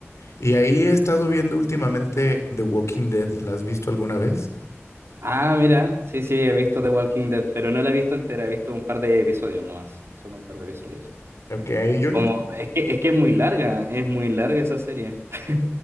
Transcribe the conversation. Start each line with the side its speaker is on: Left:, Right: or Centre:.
Left: Y ahí he estado viendo últimamente The Walking Dead. ¿La has visto alguna vez?
Right: Ah, mira, sí, sí, he visto The Walking Dead, pero no la he visto entera, he visto un par de episodios nomás, solo un par de episodios.
Left: Ok, yo no
Right: Como, es que, es que es muy larga, es muy larga esa serie. <laughs>